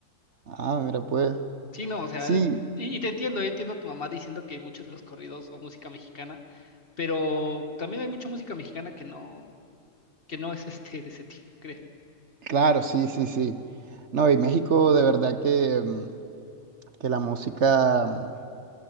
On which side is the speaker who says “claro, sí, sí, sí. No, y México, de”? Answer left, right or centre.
Right